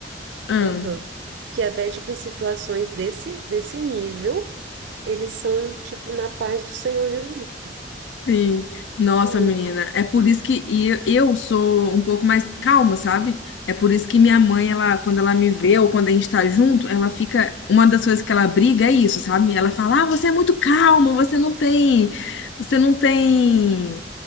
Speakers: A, on the left; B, on the right.
A: Ah,
B: Aham. Que até, tipo, em situações desse, desse nível, eles são, tipo, na paz do Senhor Jesus.
A: sim. Nossa,
B: Ai,
A: menina. É por isso que e eu, eu sou um pouco mais calma, sabe? É por isso que minha mãe, ela, quando ela me vê ou quando a gente tá junto, ela fica. Uma das coisas que ela briga é isso, sabe? Ela fala: Ah, você é muito calma, você não tem. Você não tem.